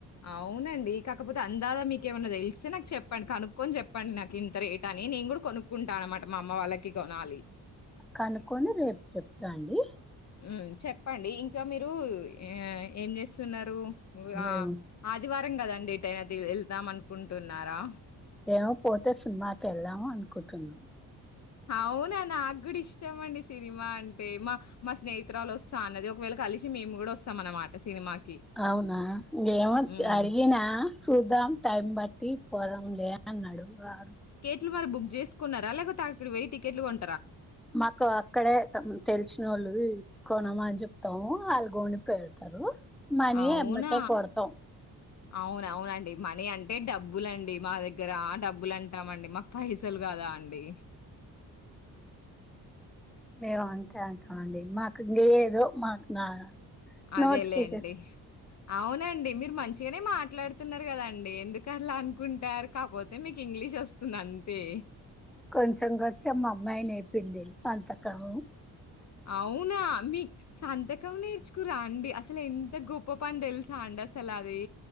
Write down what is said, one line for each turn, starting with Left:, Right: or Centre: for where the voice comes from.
Left: అవునండి కాకపోతే అందాద మీకేమైనా తెలిస్తే అవునండి కాకపోతే అందాక మీకేమన్నా తెల్సిన నాకు చెప్పండి కనుక్కొని చెప్పండి నాకు ఇంత రేట్ అని నేను కూడా కొనుక్కుంటా అన్నమాట మా అమ్మ వాళ్లకి కొనాలి.
Centre: కనుక్కొని రేపు చెప్తా అండి.
Left: ఉమ్ చెప్ ప్పండి ఇంకా మీరు ఏఅ ఏం చేసు స్తున్నారు ఆ
Centre: ఏమో
Left: ఆదివారం కదా అండి. ఎటైనా నా దేవ్ వెళ్దాం అనుకుంటున్నారా.
Centre: ఏమో పోతే సినిమాకి వెళ్దాము అనుకుంటున్నాము.
Left: అవునా నాకు కూడా ఇష్టం అండి సినిమా అంటే మా మా స్నేహితురాలు వస్తా అన్నది ఒకవేళ కలిసి మేము కూడా వస్తాము అన్నమాట సినిమాకి.
Centre: అవునా ఇంగేమో
Left: హ్మ్.
Centre: అడిగినా చూద్దాం టైం బట్టి పోదాం లే అన్నాడు. వారు.
Left: కెట్లు మరి బుక్ చేసుకున్నారా లేకపోతే అక్కడికి పోయి టికెట్లు కొం
Centre: మాకు అక్కడ తెలిసినోళ్లు కొనమని చెప్తాము ఆల్లు కొని పెడతారు మనీ
Left: అవునా
Centre: ఎమ్మటే కొడతాం
Left: అవున్ అవునండి మనీ అం ంటే డబ్బులు అండి మా దగ్గర డబ్బులు అంటామండి మాకు పైసలు కదా అండి
Centre: మేము అంతే అంటామండి. మాకు ఏదో మాకు నా
Left: అదే
Centre: నోటికి
Left: లేండి అవునండి మీరు మంచిగనే మాట్లాడుతున్నారు కదా అండి. ఎందుకట్లా అనుకుంటారు కాకపోతే మీకు ఇంగ్లీష్ వస్తుంది అంతే.
Centre: కొంచెం కొంచెం మా అమ్మాయి నేర్పింది సంతకము.
Left: అవునా మీక్ సంతకం కం నేర్చుకురా ఆండీ రండి అసలు ఎంత గొప్ప పని తెలుసా అండి అసలు అది.